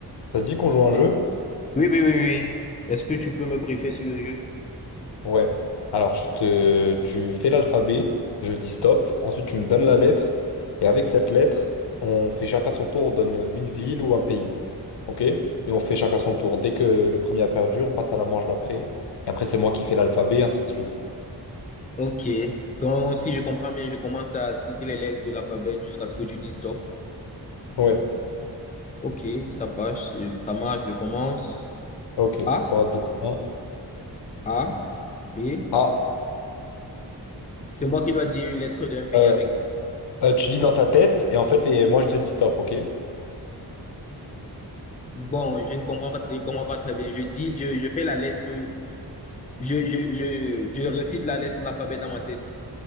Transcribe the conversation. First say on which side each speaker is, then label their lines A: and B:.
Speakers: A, on the left; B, on the left.
A: Ça te dit qu'on joue à un jeu?
B: Oui, oui, oui, oui. Est-ce que tu peux me briefer sur le jeu?
A: Ouais. Alors, je te... tu fais l'alphabet, je dis stop, ensuite tu me donnes la lettre, et avec cette lettre, on fait chacun son tour, on donne une ville ou un pays. OK? Et on fait chacun son tour. Dès que le premier a perdu, on passe à la manche d'après. Et après, c'est moi qui fais l'alphabet, et ainsi de suite.
B: Ok. Donc, si je comprends bien, je commence à citer les lettres de l'alphabet jusqu'à ce que tu dis stop.
A: Ouais.
B: Ok, ça passe, euh, ça marche. Je commence.
A: OK.
B: A,
A: Trois, deux, un.
B: A, B.
A: Ah,
B: C'est moi qui dois dire une lettre d'un pays
A: euh,
B: avec.
A: euh, tu dis dans ta tête, et en fait, et moi je te dis stop, OK?
B: Bon, je ne comprends pas, je comprends pas très bien. Je dis, je, je fais la lettre, je, je, je, je récite la lettre de l'alphabet dans ma tête.